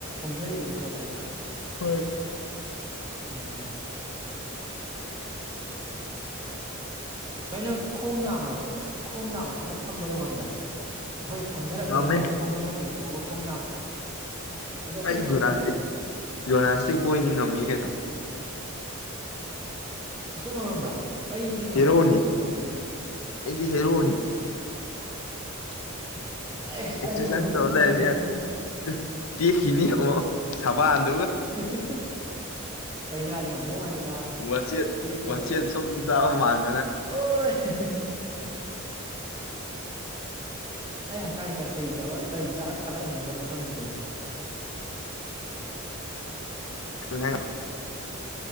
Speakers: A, on the right; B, on the left.
A: ꯍꯣꯡꯗꯔꯛꯏꯗꯅ ꯑꯣꯛꯇꯤ
B: ꯍꯣꯏ
A: ꯎꯝ ꯕꯥꯏ ꯅꯪ ꯈꯣꯡ ꯅꯥꯝꯃ ꯈꯣꯡ ꯅꯥꯝꯃ ꯈꯛꯅ ꯐꯝꯕꯗꯣ ꯉꯝꯕ꯭ꯔꯥ ꯑꯈꯣꯏ ꯐꯝꯊꯔꯛꯄꯗꯀꯣ
B: ꯉꯝꯃꯦ
A: ꯈꯣꯡ ꯑꯃ ꯇꯤꯡ ꯑꯣ ꯈꯣꯡ ꯅꯥꯝꯃ ꯑꯗꯣ ꯑꯁꯦꯡꯕ
B: ꯑꯩ
A: ꯉꯝꯕ꯭ꯔꯥꯅꯦ
B: ꯖꯣꯅꯥꯁꯇꯤꯛ ꯖꯣꯅꯥꯁꯇꯤꯛ ꯕꯣꯏꯅꯤ ꯉꯝꯃꯤ ꯀꯩꯅꯣ
A: ꯑꯁꯦꯡꯕ ꯉꯝꯕ꯭ꯔꯥ ꯑꯩꯗꯤ
B: ꯍꯦꯔꯣꯅꯤ
A: ꯉꯝꯗꯕ꯭ꯔꯥ ꯈꯪꯗꯦꯅꯦ
B: ꯑꯩꯗꯤ ꯍꯦꯔꯣꯅꯤ
A: <inaudible>
B: ꯑꯦꯛꯁꯔꯁꯥꯏꯖ
A: ꯑꯩꯁꯨ ꯉꯝꯗꯤ ꯉꯝ
B: ꯇꯧꯔ
A: ꯂꯩꯔꯝꯃꯦꯍꯦ
B: ꯂꯩꯔꯅꯤ ꯇꯨ ꯇꯦꯛꯈꯤꯅꯤ ꯑꯣ ꯁꯕꯥꯟ
A: ꯍꯦꯍꯦꯍꯦꯍꯦ ꯄꯩꯅꯥꯗꯤ ꯉꯝꯗꯧ ꯃꯥꯥꯟꯗꯦ ꯅꯥꯕ
B: ꯋꯥꯆꯦꯠ
A: ꯌꯦꯠꯇ ꯉꯝ
B: ꯋꯥꯆꯦꯠ ꯁꯨꯝ ꯆꯥꯕ ꯃꯥꯟ
A: ꯑꯣꯏ ꯍꯦꯍꯦ ꯑꯩ ꯍꯛꯆꯥꯡꯅꯤ ꯀꯔꯤ ꯇꯧꯔ ꯀꯔꯤ ꯆꯥ ꯊꯥꯒꯠꯍꯟꯒꯗꯕꯅꯣ ꯈꯪꯗ꯭ꯔꯦꯅꯦ
B: <unintelligible>